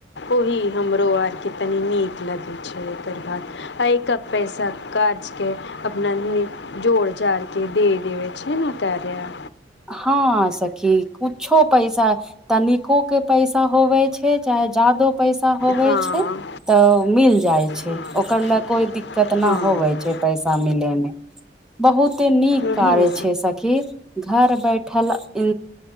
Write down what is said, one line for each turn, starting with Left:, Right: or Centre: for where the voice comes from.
Left: ओही हमरो आरके तनी नीक लगै छै, एकर बाद आ एक पैसा काज के अपना लिए जोड़ जाड़ के देबै छै ने कार्या।
Centre: हँ सखी कुछो पैसा तनिको के पैसा होबै छै चाहे जादो पैसा होबै
Left: हँ
Centre: छै तऽ मिल जाय छै
Left: हँ
Centre: ओकर
Left: सखी
Centre: ले कोई दिक्कत न
Left: हँ
Centre: होवे छै। छै पैसा मिले मे बहुते नीक
Left: ओही
Centre: कार्य
Left: ने
Centre: छै सखी, घर बैठल इ